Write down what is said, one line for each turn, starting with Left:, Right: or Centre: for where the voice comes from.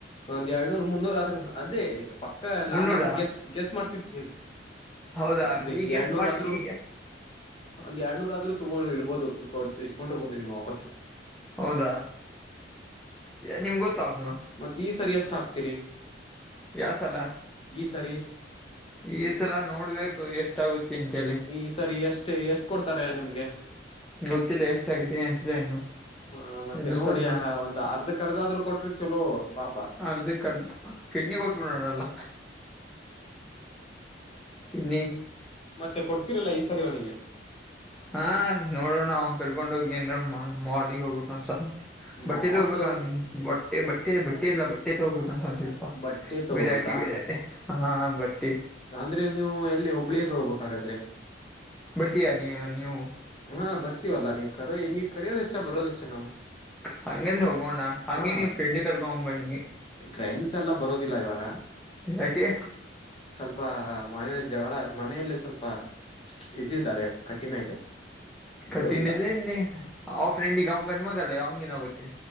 Left: ಒಂದ್ ಎಏಳ್ನೂರ್ ಮುನ್ನೂರ್ ಆದರು ಅದೇ ಪಕ್ಕ
Centre: ಮುನ್ನೂರಾ
Left: ನಾನ್ ಹಂಗೆ ಗೆಸ್ಟ್ ಗೆಸ್ಟ್ ಮಾಡ್ತಿದ್ದಿದ್ದೇನೆ
Centre: ಹೌದಾ
Left: ಒಂದು
Centre: ಈ ಗೆಸ್
Left: ಎರಡ್ನೂರ
Centre: ಮಾಡಿ
Left: ಆದ್ರೂ
Centre: ಈ
Left: ಒಂದ್ ಎರಡ್ನೂರ ಆದ್ರೂ ತಗೊಂಡ ಇರ್ಬೋದು ಕೊಡ್ ಇಸ್ಕೊಂಡಿರ್ಬೋದು ನೀವು ವಾಪಸ್
Centre: ಹೌದಾ ನಿಮ್ಗೆ ಗೊತ್ತ ಅವನು
Left: ಮತ್ತತ್ ಈ ಸರಿ ಎಷ್ಟ ಹಾಕ್ತಿೀರಿ
Centre: ಯಾ ಸಲ
Left: ಸರಿ
Centre: ಈ ಸಲ ನೋಡ್ಬೇಕು ಎಷ್ಟಾಗುತ್ತೆ ಅಂತ ಎಲ್ಲ
Left: ಈ ಸರಿ ಎಷ್ಟು ಎಷ್ಟ್ ಕೊಡ್ತಾರೆ ನಿಮ್ಗೆ
Centre: ಗೊತ್ತಿಲ್ಲ ಎಷ್ಟ ಆಗಿದೆ ಅನ್ಸಿಲ್ಲ ಇನ್ನು
Left: ಹ ಮತ್ತೆ
Centre: ಇನ್ನು
Left: ನೋಡಿ
Centre: ಸಲ
Left: ಒಂದ್ ಅರ್ಧಕ್ ಅರ್ಧ ಆದ್ರರು ಕೊಟ್ರಿ ಚಲೋ ಪಾಪ
Centre: ಅರ್ಧಕ್ಕರ್ದು ಕಿಡ್ನಿ ಕೊಟ್ಟಕ ನಡಲ್ಲ ಕಿಡ್ನಿ
Left: ಮತ್ತೆ ಕೊಡ್ತಿರಲ್ಲ ಈ ಸರಿವಣಿಗೆ
Centre: ಹಾ ನೋಡಣ ನಾವ ಕರ್ಕೊಂಡ ಹೋಗಿ ಏನ್ರ ಮಗ್ ಹೋಗ್ಬೇಕು ಒಂದಸಂತ ಬಟ್ಟೆ
Left: ಮಾಲ್
Centre: ತಗೋಬೇಕ ಬಟ್ಟೆ ಬಟ್ಟೆ ಬಟ್ಟೆ ಎಲ್ಲ ಬಟ್ಟೆ ತಗೋಬೇಕ ಸಾಧ್ಯ
Left: ಬಟ್ಟೆ ತಗೋಬೇಕಾ
Centre: ಬಿರಾಟಿ ಬಿರಾಟಿ ಹಾ ಬಟ್ಟಿ
Left: ಅಂದ್ರೆ ನೀವು ಎಲ್ಲ ಹುಬ್ಳಿಯ ಹೋಗ್ಬೇಕ ಹಾಗಾದ್ರೆ
Centre: ಬರ್ತೀಯಾ ನೀ ನೀವು
Left: ಹಾ ಬರ್ತೀವಲ್ಲ ನೀವ್ ಕರೋ ನೀವ್ ಕರೆಯೋದು ಹೆಚ್ಚ ಬರೋದು ಹೆಚ್ಚ ನಾವು
Centre: ಹಂಗಂದ್ರ ಹೋಗೋಣ್ಣ ಹಂಗಗೆ
Left: ಹಾ
Centre: ನೀವ ಫ್ರೆಂಡ್ ಕರ್ಕೊಂಡ್ ಬನ್ನಿ
Left: ಫ್ರೆಂಡ್ಸ್ ಎಲ್ಲ ಬರೋದಿಲ್ಲ ಇವಾಗ
Centre: ಯಾಕೆ
Left: ಸ್ವಲ್ಪ ಮನ ಜಗಳ ಮನೆಯಲ್ಲಿ ಸ್ವಲ್ಪ ಬ್ಯುಸಿ ಇದ್ದಾರೆ. ಕಠಿಣ ಇದೆ.
Centre: ಕಠಿಣ
Left: ಬಿಡೋದಿಲ್ಲ
Centre: ಅದಿ ಆ ಫ್ರೆಂಡ್ಗೆ ಅವಂಗ ಗಣ ಮಗಲ್ಲ ಅವಂಗನ್ ಆಗತಿ.